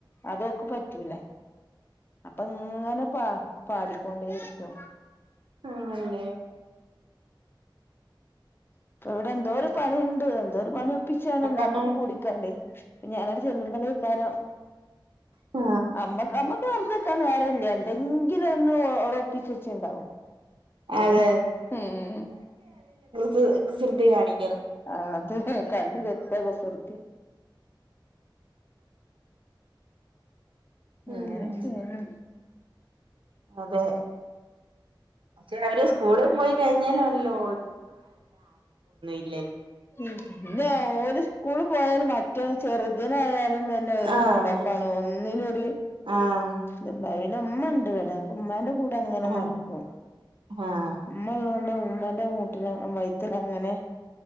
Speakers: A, on the left; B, on the right.
A: അതോക്ക് പറ്റൂല. അപ്പൊ ഇങ്ങനെ പ പാടിക്കൊണ്ടേ ഇരിക്കും
B: ആണല്ലേ
A: ഇപ്പ ഇവിടെ എന്തോ ഒരു പണിയുണ്ട് എന്തോരു പണി പ്പിച്ചാണ് എല്ലാരും
B: ആഹ്
A: കൂടി കുടിക്കാണ്ടയ് ഞാനട് ചെല്ലുമ്പളേക്കാരം.
B: ആ
A: അമ്മക്ക് അമ്മക്ക് വെറുതെക്കാൻ നേരല്ല്യ എന്തെങ്കിലൊന്ന് ഓ ഓള് ഒപ്പിച്ച്ച്ചെച്ചീണ്ടാവും. പിന്നെ
B: അതെ
A: ഉം.
B: സ് കുസൃതി കാണി.
A: ആ അത് കണ്ണ് തെറ്റിയ കുസൃത്യ
B: ഉം
A: അങ്ങനൊക്കെയാണ്
B: അതെ. പക്ഷെ അവര് സ്കൂളിൽ പോയി കഴിഞ്ഞാലുണ്ടല്ലോ <unintelligible>
A: ഉം പിന്ന ഓല് സ്കൂള് പോയാല് മറ്റേ ചെറുതിനായാലും തന്നെ ഒരു
B: ആഹ്
A: മൂടോഫാ ണ് ഒന്നിനും ഒര്
B: ആഹ്
A: ത്ണ്ടാ പിന്നെ ഉമ്മണ്ട് വ്ടെ അപ്പൊ ഉമ്മാന്റെകൂടെങ്ങനെ
B: ആഹ്
A: നടക്കും
B: ആഹ്
A: ഉമ്മള്ളൊണ്ട് ഉമ്മ ന്റെ മൂട്ടില അ വൈത്തലങ്ങനെ